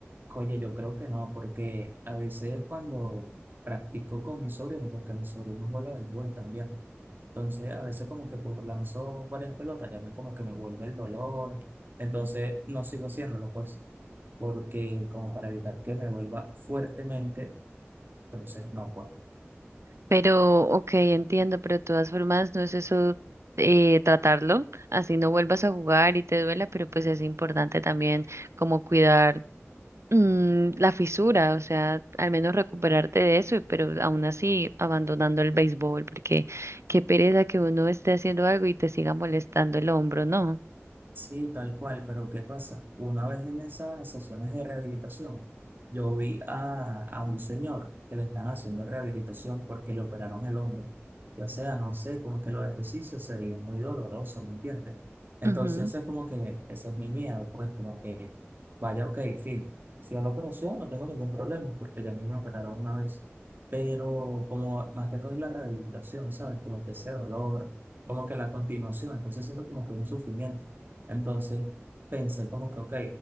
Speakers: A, on the right; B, on the right.
A: Oye, yo creo que no, porque a veces cuando practico con mis sobrinos, porque mi sobrino juega béisbol también. Entonces, a veces como que pues, lanzo varias pelotas, ya me como que me vuelve el dolor. Entonces, no sigo haciéndolo, pues, porque como para evitar que me vuelva fuertemente, entonces no puedo.
B: Pero, ok, entiendo, pero de todas formas no es eso eh, tratarlo, así no vuelvas a jugar y te duela, pero pues es importante también como cuidar mm, la fisura, o sea, al menos recuperarte de eso, pero aún así abandonando el béisbol, porque qué pereza que uno esté haciendo algo y te siga molestando el hombro, ¿no?
A: Sí, tal cual, pero ¿qué pasa? Una vez en esas sesiones de rehabilitación, yo vi a, a un señor que le están haciendo rehabilitación porque le operaron el hombro. Y, O sea, no sé, como que los ejercicios se veían muy dolorosos, ¿me entiendes? Entonces,
B: Ujú.
A: es como que, ese es mi miedo, pues, como que, vaya, ok, filo, si a la operación no tengo ningún problema, porque ya a mí me operaron una vez, pero como más que todo es la rehabilitación, ¿sabes? Como que ese dolor, como que la continuación, entonces siento como que un sufrimiento. Entonces pensé como que, ok,